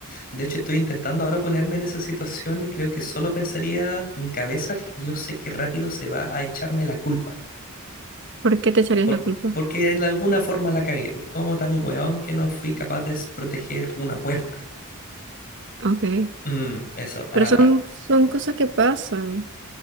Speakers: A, on the left; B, on the right.
A: de hecho estoy intentando ahora ponerme en esa situación y creo que solo pensaría mi cabeza, yo sé que rápido se va a echarme la culpa,
B: ¿Por qué te echarías
A: por-
B: la culpa?
A: porque en alguna forma la cagué, pues como tan weón que no fui capaz de s- proteger una puerta.
B: Ok.
A: Mm, eso, ah,
B: Pero son,
A: ah.
B: son cosas que pasan